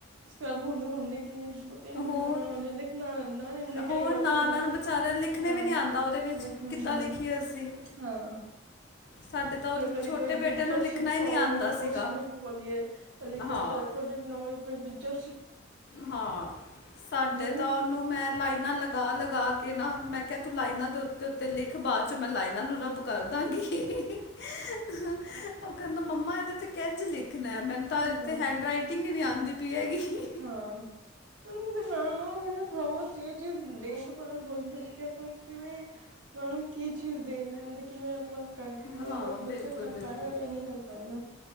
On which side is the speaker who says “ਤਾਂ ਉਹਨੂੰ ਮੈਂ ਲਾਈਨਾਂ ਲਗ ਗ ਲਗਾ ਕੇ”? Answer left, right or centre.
Left